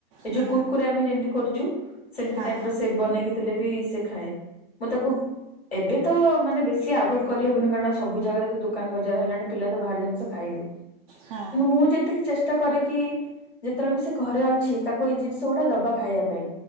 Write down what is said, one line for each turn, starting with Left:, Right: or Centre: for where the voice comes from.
Left: ଏଇ
Right: ହୁଁ
Left: ଯୋଉ କୁରକୁରି ଆମେ ଯେମିତି କରୁଛୁ ସେମିତି
Right: ହଁ
Left: ଟାଇପ ର ସେ ବନେଇକି। ଦେଲେବି ସେ ଖାଏ ମୁଁ ତାକୁ ଏବେ ତ ମାନେ ବେଶୀ ଆଭୋଏଡ କରିହେବନି କାରଣ ସବୁ ଜାଗାରେ ତ ଦୋକାନ ବଜାର ହେଲାଣି ପିଲା ତ ବାହାର ଜିନ୍ଷ ଖାଇବେ।
Right: ହଁ
Left: ମୁଁ ଯେତିକି ଚେଷ୍ଟା କରେ କିି ଯେତେବେଳେ ବି ସେ ଘରେ ଅଛି ତାକୁ ଏଇ ଜିନ୍ଷ ଗୁଡା ଦବା ଖାଇବା ପାଇଁ